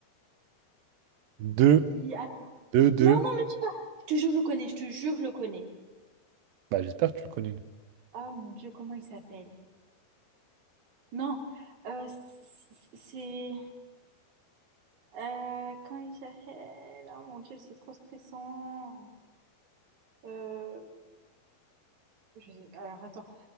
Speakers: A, on the right (about 70°); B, on the right (about 50°).
A: Deux,
B: qui- Ah,
A: deux, deux.
B: non, non, mais je sais pas. Je te jure, je le connais. Je te jure, je le connais.
A: Bah, j'espère que tu le connais.
B: Oh mon Dieu, comment il s'appelle? Non, euh, c- c- c'est... euh, quand il s'appelle... Ah mon Dieu, c'est trop stressant. Euh, je- Alors attends,